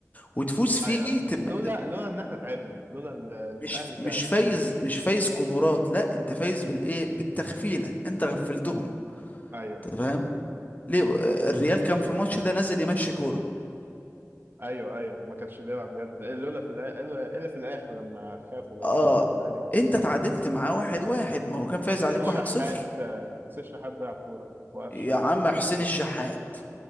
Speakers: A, on the left (about 30°); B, on the right (about 40°).
A: وتفوز فيه
B: ايوه
A: تبقى
B: لولا
A: أنت
B: لولا ان احنا تعبنا لولا ال- الاهلي
A: مش
B: تعب
A: مش فايز
B: ساعتها
A: مش فايز قدرات لا أنت فايز بالإيه بالتغفيلة أنت غفلتهم
B: ايوه
A: أنت فاهم ليه بقى؟
B: ص-
A: الريال كان في الماتش ده نازل يمشي كورة
B: ايوه ايوه ما كانش بيلعب جد لولا في الآ- الا إلا في الاخر لما خافوا
A: آه
B: بس من الاهلي جد
A: أنت تعادلت
B: بجد.
A: معاه واحد واحد ما هو كان فايز
B: وحسين
A: عليك
B: الشحات
A: واحد صفر
B: آه، حسين الشحات ضيع كورة وقفشه
A: يا
B: ده
A: عم حسين الشحات